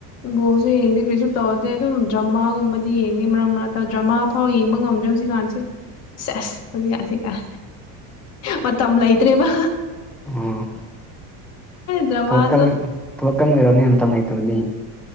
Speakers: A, on the left; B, in the centre.
A: ꯕꯣꯜ ꯁꯨ ꯌꯦꯡꯗꯦ ꯀꯔꯤꯁꯨ ꯇꯧꯔꯗꯦ ꯑꯗꯨꯝ ꯗ꯭ꯔꯃꯥꯒꯨꯝꯕꯗꯤ ꯌꯦꯡꯉꯦ ꯃꯔꯛ ꯃꯔꯛꯇ ꯗ꯭ꯔꯃꯥ ꯐꯥꯎ ꯌꯦꯡꯕ ꯉꯝꯗꯦ ꯖꯤꯛꯀꯥꯟꯁꯦ ꯁꯦꯁ ꯍꯧꯖꯤꯛ ꯀꯁꯤ ꯀꯥꯏ ꯃꯇꯝ ꯂꯩꯇ꯭ꯔꯦꯕ
B: ꯎꯝ
A: ꯗ꯭ꯔꯃꯥꯁꯨ
B: ꯊꯣꯛꯀꯝ ꯊꯣꯛꯀꯝ ꯑꯣꯏꯔꯕꯅꯤ ꯃꯥꯇꯝ ꯂꯩꯇꯕꯗꯤ